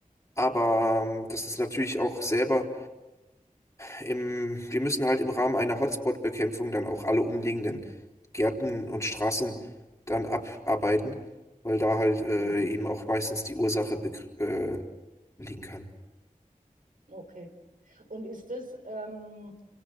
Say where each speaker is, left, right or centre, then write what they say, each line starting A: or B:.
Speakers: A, on the left (about 20°); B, on the right (about 85°).
A: Aber ähm, das ist natürlich auch selber Im, wir müssen halt im Rahmen einer Hotspot-Bekämpfung dann auch alle umliegenden Gärten und Straßen dann abarbeiten, weil da halt äh,
B: mhm,
A: eben auch meistens die Ursache begr- äh, liegen kann.
B: okay. Und ist das, ähm,